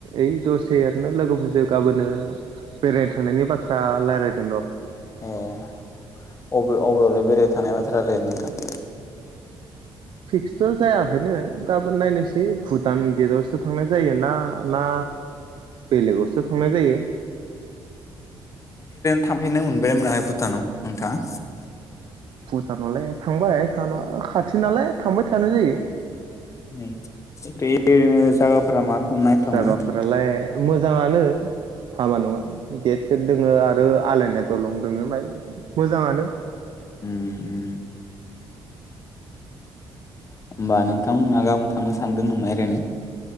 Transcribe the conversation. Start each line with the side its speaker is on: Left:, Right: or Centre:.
Right: ओइ दसे ओरैनो लोगोफोरजों गाबोनो बेरायनो थांनायनि बाथ थ्रा लायरायदों र'।
Left: ए अबे अबेयावलाय बेराय थानाय बाथ्रा नोंथां?
Right: फिक्सथ' जायाखैनो। गाबोन नायनोसै भुटान गेटआवसो थांनाय जायो ना-ना बेलेगावसो थांनाय जायो
Left: थाबफैनो मोनबाय ना मोनाखै भुटानाव नोंथाङा?
Right: भुटानावलाय थांबायाय थांनाय खाथि नालाय थांबाय थानाय जायो।
Left: <unintelligible> बे दा फ्रा मा रखम नायथावना
Right: जायागाफोरालाय मोजाङानो हामा नङा गेट सेट दोङो आरो आलायनाय दलं दोङो <unintelligible> मोजाङानो
Left: उम उम होमबा नोंथांमोनहा गाबोन थांनो सानदों नामा एरायनो?